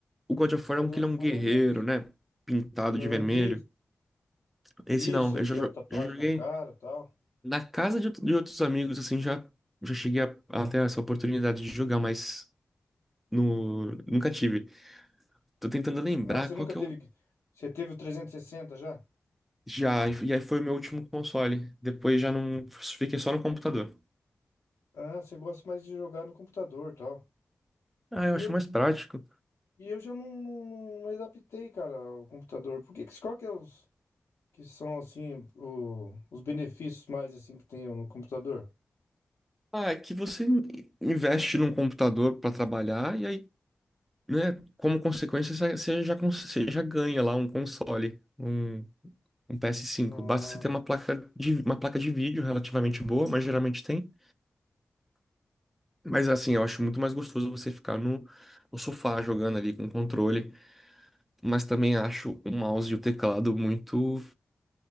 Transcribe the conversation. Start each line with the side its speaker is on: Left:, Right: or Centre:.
Centre: O God of
Left: no
Centre: War
Left: caso
Centre: é um
Left: do
Centre: que
Left: World
Centre: ele é um
Left: of
Centre: guerreiro,
Left: eu não lembro. disso.
Centre: né? Pintado
Left: Hum,
Centre: de vermelho.
Left: isso,
Centre: Esse
Left: isso,
Centre: não,
Left: ele
Centre: eu já,
Left: tem
Centre: jo-
Left: uma tatuagem
Centre: já joguei
Left: na cara e tal.
Centre: na casa de, outro- de outros amigos, assim, já, já cheguei a, a ter essa oportunidade de jogar, mas no, nunca tive. Tô tentando lembrar
Left: Ah, você
Centre: qual
Left: nunca
Centre: que
Left: teve.
Centre: eu
Left: Você teve o 360 já?
Centre: já. E aí foi o meu último console. Depois já não. Fiquei só no computador.
Left: Ah, você gosta mais de jogar no computador e tal.
Centre: Ah, eu
Left: E
Centre: acho
Left: eu,
Centre: mais prático.
Left: e eu já não, não, não adaptei, cara, o computador. Por que, que- qual que é os. que são assim o- os benefícios mais assim que tem no computador.
Centre: Ah, é que você in- investe num computador para trabalhar e aí, né, como consequência, você você já, cons- você já ganha lá um console. Um. Um PS5.
Left: Ah,
Centre: Basta você ter uma placa de, uma placa de vídeo relativamente boa, mas geralmente tem. Mas assim, eu acho muito mais gostoso você ficar no, no sofá jogando ali com o controle. Mas também acho o mouse e o teclado muito.